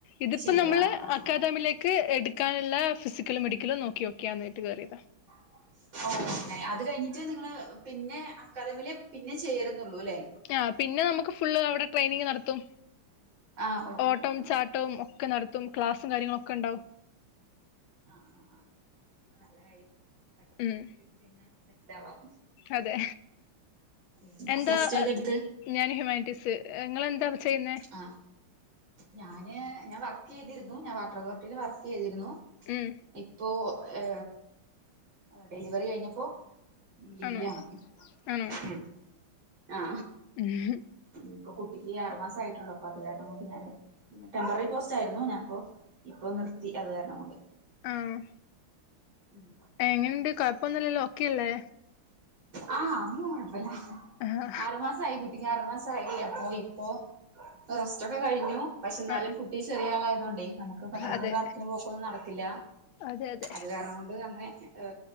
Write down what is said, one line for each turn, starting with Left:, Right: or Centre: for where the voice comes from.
Left: ഇതിപ്പോ
Right: ചെയ്യില്ല
Left: നമ്മള്
Right: ആഹ് ആഹ്
Left: അക്കാദമിലേ
Right: ആഹ്
Left: ക്ക് എട്ക്കാന്ള്ളെ ഫിസിക്കലും മെഡിക്കലും നോക്ക്യോക്കിയാ ന്ന്ട്ട് കേറിയതാ
Right: <inaudible> ഓ അങ്ങനെ അത് കയ്ഞ്ട്ട് നിങ്ങള് പിന്നെ അക്കാദമില് പിന്നെ ചേരുന്നുള്ളൂ ല്ലേ
Left: ആ പിന്നെ നമുക്ക് ഫുള്ളവടെ ട്രെയിനിങ് നടത്തും
Right: ആഹ് ഓ
Left: ഓട്ടം
Right: ഓ അങ്ങനെ
Left: ചാ ട്ടം ഒക്കെ നടത്തും ക്ലാസും കാര്യങ്ങളൊക്കെ ഉണ്ടാവും
Right: ആ ആ നല്ല കാര്യായി പെട്ടെന്ന്
Left: ഉം
Right: കിട്ടി കയ്ഞ്ഞാ സെറ്റിലാവാം
Left: അതെ
Right: ഉം
Left: എന്താ
Right: പ്ലസ് ടു ഏതെട്ത്ത്
Left: ഞാൻ ഹ്യൂമാനിറ്റീസ് ഇങ്ങളെന്താപ്പോ ചെയ്യുന്നേ
Right: ആ ഞാന് ഞാൻ വർക്കെയ്തിരുന്നു ഞാൻ വാട്ടറതോർട്ടില് വർക്കെയ്തിരുന്നു
Left: ഉം
Right: ഇപ്പോ ഏ ഡെലിവറി കഴിഞ്ഞപ്പോ ലീവിലാണ്
Left: ആണോ ആണോ
Right: ഉം ആ
Left: ഉം
Right: ഇപ്പൊ കുട്ടിക്ക്ഈ ആറ് മാസം ആയിട്ടുള്ളു അപ്പൊ അത് കാരണം കൊണ്ട് ഞാന് ടെംമ്പററി പോസ്റ്റായിരുന്നു ഞാപ്പോ ഇപ്പൊ നിർത്തി അത് കാരണം കൊണ്ട്
Left: ആഹ്
Right: ഉം
Left: എങ്ങനെണ്ട് കൊയപ്പൊന്നുല്ലല്ലോ ഓക്കെ അല്ലേ
Right: ആ അതൊന്നും കൊഴപ്പല്ല
Left: ആഹ്
Right: ആറ് മാസായി കു കുട്ടിക്ക് ആറു മാസം ആയൊള്ളു അപ്പൊ ഇപ്പോ റസ്റ്റ്ഒക്കെ കഴിഞ്ഞു പക്ഷെ എന്നാലും
Left: ആഹ്
Right: കു ട്ടി ചെറിയ ആളായതോണ്ടെ നമുക്ക് പെട്ടെന്നൊരു
Left: അതെ
Right: വർക്കിന് പോക്കൊന്നും നടക്കില്ല
Left: അതെ അതെ
Right: അതു കാരണം കൊണ്ട് അങ്ങനെ ഏ